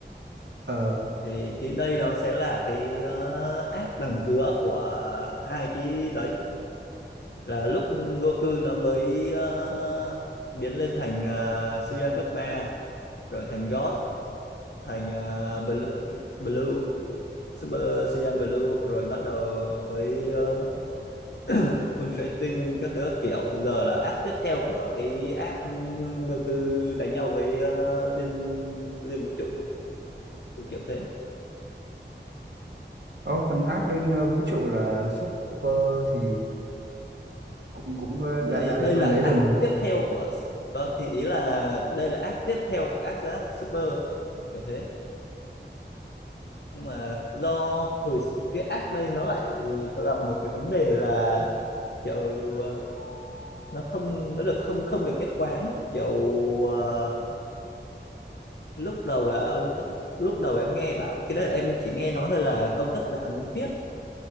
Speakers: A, on the right; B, on the left.
A: Ờ,
B: thì cái đây nó sẽ là cái ờ, app đằng giữa của hai cái đấy là lúc Goku nó mới ờ, biến lên thành uh, Saiyan cấp ba rồi thành God thành uh, Blue, Blue Super Saiyan Blue rồi bắt đầu tới uh, <clears throat> Ultra các thứ các kiểu giờ là app tiếp theo của cái app Goku đánh nhau với ờ, liên liên vũ trụ kiểu kiểu thế
A: có phần ác lên ờ, vũ trụ là Super thì cũng cũng ờ, đã
B: đây
A: đã đến
B: đây
A: phần
B: là
A: đấy rồi
B: app
A: mà
B: tiếp theo của vâng thì ý là đây là app tiếp theo của app app Super kiểu thế nhưng mà do hồi cái app đây nó lại có gặp một cái vấn đề là kiểu uh, nó không nó được không không được nhất quán kiểu ờ, lúc đầu là ông lúc đầu em nghe bảo cái đấy là em chỉ nghe nói thôi là ông tác giả muốn viết